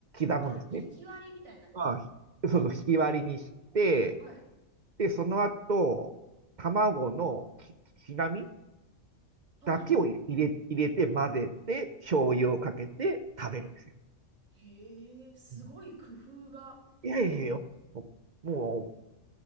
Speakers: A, on the right; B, on the right.
A: 刻むんですね。
B: あ、ひき割りみたいな感じで。
A: まあ、
B: おー
A: そうそう、引き割りにして、
B: はい、
A: で、その後、卵のき、きなみ
B: はい、
A: だけを入れ、
B: はい、はい。
A: 入れて混ぜて、醤油をかけて食べるんですよ。
B: はいへえ、すごい工夫が。
A: うん、いやいやいや、もう、も